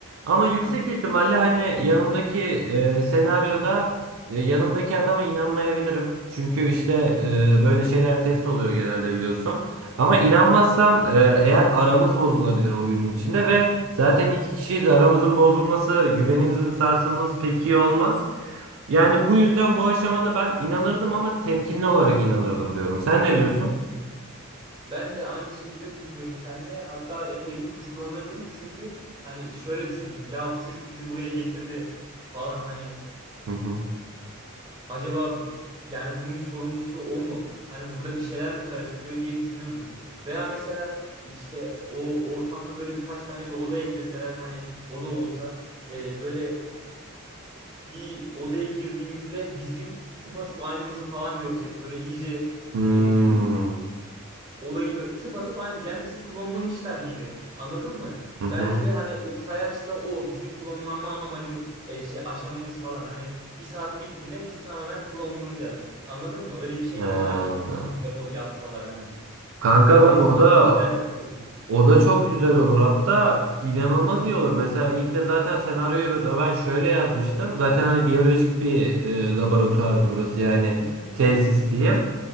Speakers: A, on the right; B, on the right.
A: Ama yüksek
B: Hı hı.
A: ihtimalle hani yanımdaki e, senaryoda e, Yanımdaki adama inanmayabilirim. Çünkü işte e, böyle şeyler test oluyor genelde biliyorsun. Ama inanmazsam e, eğer aramız bozulabilir oyunun içinde ve zaten iki kişiyiz aramızın bozulması, güvenimizin sarsılması pek iyi olmaz. Yani bu yüzden bu aşamada ben inanırdım ama temkinli olarak inanırdım diyorum. Sen ne diyorsun?
B: Hı hı. Ben de aynı şekilde düşünüyorum seninle. Hatta epey bir kuşkulanırdım. Çünkü hani şöyle düşünürdüm. Ya bu çocuk bizi buraya getirdi falan hani
A: Hı hı.
B: acaba yani bunun sorumlusu o mu? Hani burada bir şeyler mi karıştırıyor diye düşünürdüm. Veya mesela işte o ortamda böyle birkaç tane bir oda ekleseler hani oda olsa e, böyle bir odaya girdiğimizde bizim tıpatıp aynımızı falan görsek böyle iyice
A: Hmm.
B: e, olayı böyle tıpatıp aynı yani bizi klonlamışlar gibi. Anladın mı?
A: Hı hı.
B: Belki de hani o sayaçta o bizim klonlanma amacımız e, şey aşamamız falan hani bir saat bittiğinde biz tamamen klonlanacağız. Anladın mı? Öyle bir şey
A: Ee,
B: mi acaba? Yap yapsalar hani.
A: Kanka
B: Ben
A: bak
B: de size
A: o da
B: öyle bir şeyler katılıyorum.
A: O da çok güzel olur. Hatta inanılmaz iyi olur. Mesela ilk de zaten senaryoyu da ben şöyle yazmıştım. Zaten hani biyolojik bir e, laboratuvardı burası. Yani
B: Hı hı.
A: tesis diyeyim.